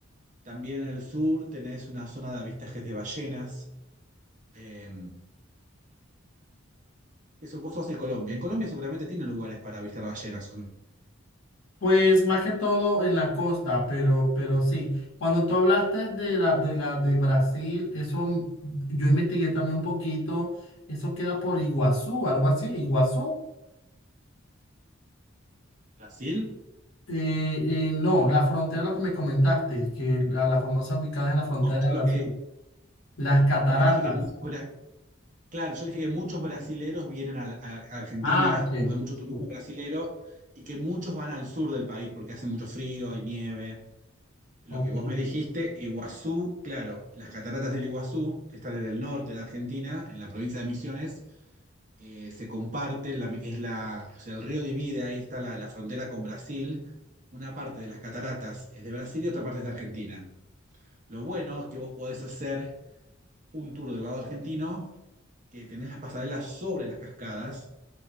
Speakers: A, on the right; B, on the left.
A: También en el sur tenés una zona de avistajes de ballenas, eh, eso, vos sos de Colombia. En Colombia seguramente tienen lugares para avistar ballenas, ¿o no?
B: Pues más que todo en la costa, pero, pero sí. Cuando tú hablaste de la, de la de Brasil, eso mm, yo investigué también un poquito. Eso queda por Iguazú, algo así. Iguazú.
A: ¿Brasil?
B: Eh, eh, no, la frontera, lo que me comentaste, que la, la famosa ubicada en la frontera
A: Yo
B: de
A: lo
B: Brasil.
A: que,
B: Las cataratas.
A: lo que dije que muchos, bra- claro, yo dije que muchos brasileros vienen a, a- a Argentina,
B: Ah, ok.
A: hay mucho
B: disculpa,
A: turismo brasilero, y que muchos van al sur del país porque hace mucho frío, hay nieve. Lo
B: ok.
A: que vos me dijiste, Iguazú, claro, las cataratas del Iguazú, que están en el norte de Argentina, en la provincia de Misiones, eh, se comparten, la- es la, o sea, el río divide, ahí está la, la frontera con Brasil, una parte de las cataratas es de Brasil y otra parte es de Argentina. Lo bueno es que vos podés hacer un tour del lado argentino, que tenés las pasarelas sobre las cascadas,